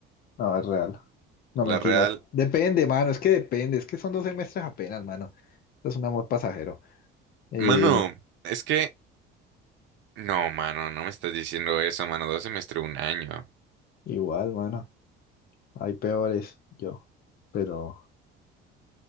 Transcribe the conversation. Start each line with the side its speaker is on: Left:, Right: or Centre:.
Left: No, es real. No,
Right: La
Left: mentiras.
Right: real...
Left: Depende, mano. Es que depende. Es que son dos semestres apenas, mano. Esto es un amor pasajero. Eh,
Right: Mano, es que... No, mano, no me estás diciendo eso, mano. Dos semestres, un año.
Left: igual, mano. Hay peores, yo. Pero,